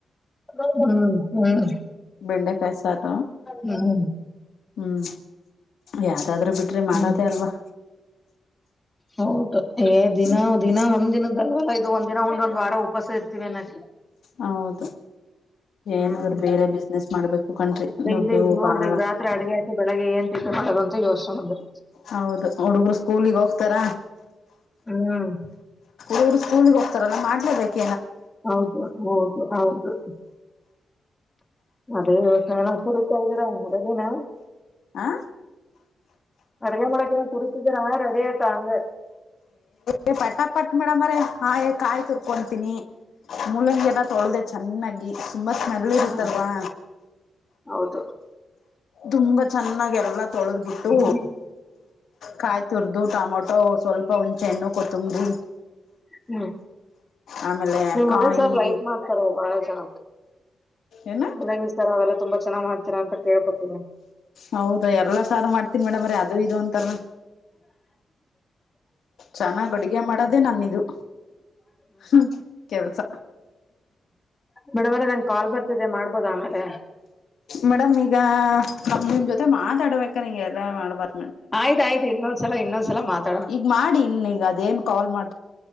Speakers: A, on the left; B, on the left.
A: ಹ್ಮ್ ಹ್ಮ್
B: ಬೆಂಡೆ ಕಾಯಸಾರ
A: ಹ್ಮ್
B: ಹ್ಮ್ ಯಾವ್ದಾದ್ರು ಬಿಟ್ರಿ ಮಾಡದೇ
A: ಹ್ಮ್
B: ಅಲ್ವಾ
A: ಹೌದು ಏ ದಿನ
B: ಹ್ಮ್
A: ದಿನ ಒಂದ್ಿನದ ಒಂದಿನ ವಾರ ಉಪಾಸ ಇರ್ತೀವೆ ನ
B: ಹೌದು
A: ಹ್ಮ್
B: ಏನಾದ್ರು ಬೇರೆ ಬಿಸ್ನೆಸ್ ಮಾಡ್ಬೇಕು ಕಣ್ರಿ
A: ಅದೇ
B: ದುಡ್ಡು
A: ಇಲ್ಲಿ ಈಗ ನೋಡ್ರಿ
B: ಬಹಳ
A: ಈಗ ರಾತ್ರಿ ಅಡ್ಗೆ ಆಯ್ತು ಬೆಳಿಗ್ಗೆ ಏನ್ ಈ ಮಾಡದಂತ ಯೋಚನೆ ಬಂದ್ರೆ
B: ಹೌದು ಹುಡುಗರು ಸ್ಕೂಲಿಗೆ ಹೋಗ್ತಾರ
A: ಹ್ಮ್
B: ಇವರು ಸ್ಕೂಲ್ಿಗೆ ಹೋಗ್ತಾರಲ್ಲ ಮಾಡ್ಲೇಬೇಕು
A: ಹೌದು ಹೌದು ಹೌದು ಅದೇ ವ್ಯವಸಾಯನ ಕುರಿತಾ ಇದ್ದೀರಾ ರೆಡಿನ
B: ಹಾ
A: ಅಡಗ ಮಳಕ್ಕೆ ಪಡಸಿದ್ರ ರೆಡಿಯಾ ತ ಅಂಗ
B: ಏ ಪಟಾ ಪಟ್ ಮೇಡಮ್ರ ಹಾಗೇ ಕಾಯಿ ತುರ್ಕೊತೀನಿ ಮುಲಂಗಗೆ ಎಲ್ಲ ತೊಳದೆ ಚೆನ್ನಾಗಿ ತುಂಬಾ ಸ್ಮೆಲ್ ಇರುತ್ತಲ್ವಾ
A: ಹ್ಮ್ ಹೌದು
B: ತುಂಬಾ ಚೆನ್ನಾಗ ಎಲ್ಲ ತೊಳೆದ್ಬಿಟ್ಟು
A: ಹ್ಮ್
B: ಕಾಯ್ ತುರ್್ದು ಟೊಮೊಟೊ ಸ್ವಲ್ಪ ಹುಣಚೆ ಹಣ್ಣು ಕೊತ್ತಂಬರಿ
A: ಹ್ಮ್
B: ಆಮೇಲೆ
A: ನಿ್
B: ಕಾಯಿ
A: ಮನಸರ್ ಲೈಟ್ ಮಾಡ್ತಾರ ಬಹಳ ಜನ
B: ಏನ
A: ಅ್ಾರ ಅವೆಲ್ಲ ತುಂಬಾ ಚೆನ್ನಾಗ್ ಮಾಡ್ತೀರಾ ಅಂತ ಕೇಳ್ಪೊತೀನಿ
B: ಹೌದಾ ಎಲ್ಲ ಸಾರು ಮಾಡ್ತೀವಿ ಮೇಡಮ್್ರ ಅದು ಇದು ಅಂತಲ್ಲ ಚೆನ್ನಾಗ್ ಅಡುಗೆ ಮಾಡೋದೆೇ ನನ್ನಿದು ಹ ಕೆಲ್ಸ
A: ಮೇಡಮ್ ಅವ್ರೆ ನಂಗ್ ಕಾಲ್ ಬರ್ತಿದೆ ಮಾಡ್ಬೋದ ಆಮೇಲೆ
B: ಮೇಡಮ ಈಗ ನಮ್ ನಿಮ್ ಜೊತೆ ಮಾತಾಡ್ಬೇಕ ನಿಗೆ ಎಲ್ಲ ಮಾಡ್ಬಾರ
A: ಆಯ್ತಾಯಯ್ು ಇನ್ನೊಂದ್ಲ ಇನ್ನಂದ್ಲ ಮಾತ
B: ಈಗ ಮಾಡಿ ಇನ್ ಈಗ ಅದೇನ್ ಕಾಲ್ ಮಾಡ